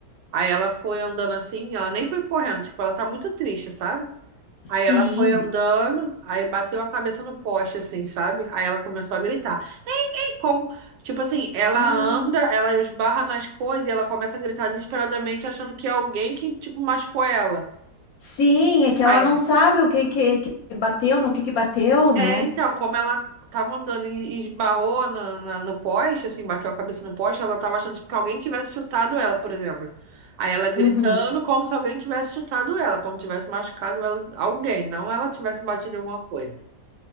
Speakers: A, on the right (about 85°); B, on the left (about 70°).
A: aí ela foi andando assim, ela nem foi correndo, tipo, ela tá muito triste, sabe?
B: sim.
A: Aí ela foi andando, aí bateu a cabeça no poste, assim, sabe? Aí ela começou a gritar. Ei, ei, como? Tipo assim, ela
B: Ah,
A: anda, ela esbarra nas coisas e ela começa a gritar desesperadamente, achando que é alguém que, tipo, machucou ela.
B: sim, é que ela
A: Aí,
B: não sabe o que que, que bateu, no que que bateu, né?
A: é, então, como ela tava andando e esbarrou na- na- no poste, assim, bateu a cabeça no poste, ela tava achando tipo, que alguém tivesse chutado ela, por exemplo. Aí ela gritando
B: Uhum.
A: como se alguém tivesse chutado ela, como tivesse machucado ela, alguém, não ela tivesse batido em alguma coisa.